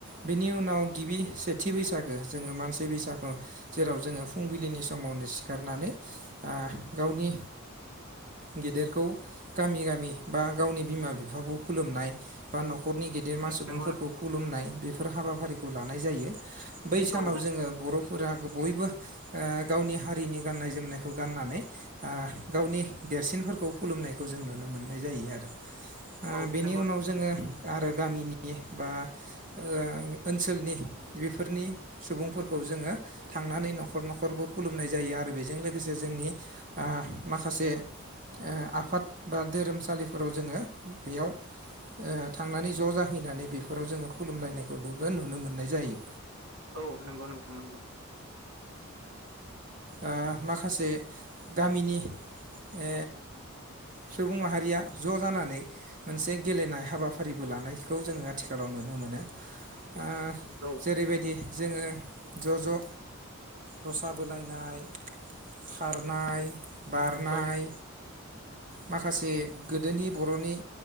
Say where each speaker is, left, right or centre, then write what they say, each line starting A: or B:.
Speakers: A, on the right; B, on the right.
A: बेनि उनाव गिबि सेथि बैसागो जोङो मानसि बैसागो। जेराव जोङो फुंबिलिनि समावनो सिखारनानै आ गावनि गेदेरखौ गामि गामि बा गावनि बिमा बि बिफाखौ खुलुमनाय बा न'खरनि गेदेरमा सुबुंफोरखौ
B: नंगौ
A: खुलुमनाय बेफोर हाबाफारिखौ लानाय जायो बै
B: औ
A: सानाव जोङो बर'फोरा बयबो ओ गावनि हारिनि गाननाय जोमनाय गाननानै आ गावनि देरसिनफोरखौ खुलुमनायखौ जों नुनो मोननाय जायो आरो। आ
B: औ
A: बेनि
B: नंगौ
A: उनाव
B: नोंथां
A: जोङो आरो गामिनि बा ओं ओनसोलनि बेफोरनि सुबुंफोरखौ जोङो थांनानै न'खर न'खरबो खुलुमनाय जायो आरो बेजों लोग लोगोसे जोंनि आ माखासे ओ आफाद बा धोरोमसालिफो फोराव जोङो बेयाव ओ थांनानै ज' जाहैनानै बेफोर बेफोराव जोङो खुलुमलायनायखौदोबो नुनो मोननाय जायो।
B: औ नंगौ नोंथां नंगौ।
A: आ माखासे गामिनि ओ सुबुं माहारिया ज' जानानै मोनसे गेलेनाय हाबाफारिबो लानायखौ जोङो आथिखालाव नुनो मोनो। आ
B: औ
A: जेरैबायदि जोङो ज' ज' रसा बोलायनाय खारनाय बारनाय
B: औ
A: माखासे गो दोनि बर'नि